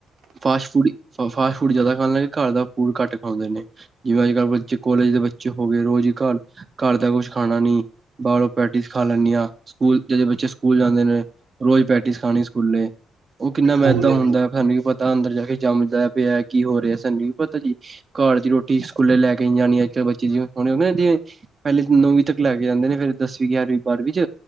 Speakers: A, on the right; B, on the right.
A: ਫਾਸਟ ਫੂਡ ਫਾਸਟ ਫੂਡ ਜ਼ਿਆਦਾ ਖਾਣ ਲੱਗੇ ਘਰ ਦਾ ਫੂਡ ਘੱਟ ਖਾਂਦੇ ਨੇ ਜਿਵੇਂ ਅੱਜ ਕੱਲ ਬੱਚੇ ਕੋਲੇਜ ਦੇ ਬੱਚੇ ਹੋ ਗਏ ਰੋਜ਼ ਹੀ ਘਰ ਘਰ ਦਾ ਕੁਛ ਖਾਣਾ ਨੀ ਬਾਹਰੋਂ ਪੇਟਿਸ ਖਾ ਲੈਂਦੀ ਆ ਸਕੂਲ ਜਦੋਂ ਬੱਚੇ ਸਕੂਲ ਜਾਂਦੇ ਨੇ ਰੋਜ਼ ਪੇਟਿਸ ਖਾਣੀ ਸਕੂਲੇ ਉਹ ਕਿੰਨਾ ਮੈਂ
B: ਹਾਂਜੀ
A: ਮੈਦਾਂ ਹੁੰਦਾ
B: ਹਾਂਜੀ ਹਾਂਜੀ
A: ਸਾਨੂੰ ਕੀ ਪਤਾ ਤਾਂ ਅੰਦਰ ਜਾ ਕੇ ਜੰਮਦਾ ਪਿਐ ਕੀ ਹੋ ਰਿਹਾ ਸਾਨੂੰ ਨੀ ਪਤਾ ਜੀ ਘਰ ਦੀ ਰੋਟੀ ਸਕੂਲੇ ਲੈ ਕੇ ਨੀ ਜਾਣੀ ਅੱਜ ਕੱਲ ਬੱਚੇ ਜਿਵੇਂ <unintelligible> ਪਹਿਲੇ ਨੌਵੀਂ ਤੱਕ ਲੈ ਕੇ ਜਾਂਦੇ ਨੇ ਫੇਰ ਦਸਵੀਂ ਗਿਆਰਵੀਂ ਬਾਰਵੀ ਚ